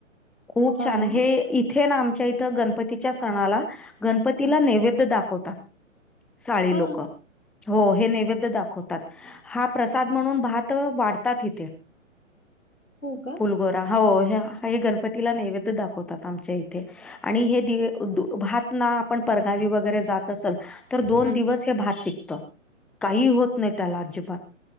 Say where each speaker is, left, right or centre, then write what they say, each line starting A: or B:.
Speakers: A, in the centre; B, on the left.
A: खूप
B: हा
A: छान,
B: ना
A: हे इथे ना आमच्या इथं गणपतीच्या सणाला गणपतीला
B: हा
A: नैवेद्य दाखवतात, साळी
B: हा हो
A: लोक हो हे नैवेद्य दाखवतात, हा प्रसाद म्हणून भात वाढतात इथे
B: हो का?
A: गोरा, हो हे गणपतीला नैवेद्य दाखवतात आमच्या इथे आणि हे दिवे, भात ना आपण परगावी वगैरे जात असेल तर दोन
B: हं
A: दिवस हे भात टिकत, काही होत नाही त्याला अजिबात.